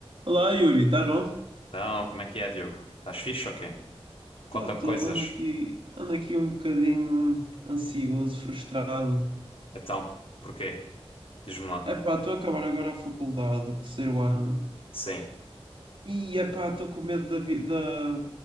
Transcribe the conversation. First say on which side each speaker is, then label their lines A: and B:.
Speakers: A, on the right; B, on the left.
A: Olá, Yuri, estás bom?
B: Então, como é que é, Diogo? Estás fixe ou quê? Conta-me
A: Está tudo,
B: coisas.
A: ando aqui, ando aqui um bocadinho ansioso, frustrado.
B: Então, porquê? Diz-me lá.
A: Epá, estou a acabar agora a faculdade, o terceiro ano.
B: Sim,
A: E epá, estou com medo da, vi- da,